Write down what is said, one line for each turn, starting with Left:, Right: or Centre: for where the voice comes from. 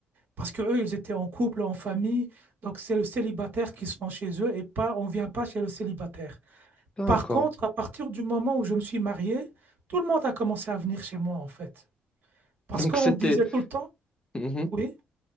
Right: parce que eux, ils étaient en couple, en famille. Donc, c'est le célibataire qui sont chez eux et pas, on ne vient pas chez le célibataire.
Left: D'accord.
Right: Par contre, à partir du moment où je me suis marié, tout le monde a commencé à venir chez moi, en fait. Parce
Left: Donc
Right: qu'on
Left: c'était.
Right: disait tout le temps,
Left: Mhm.
Right: oui,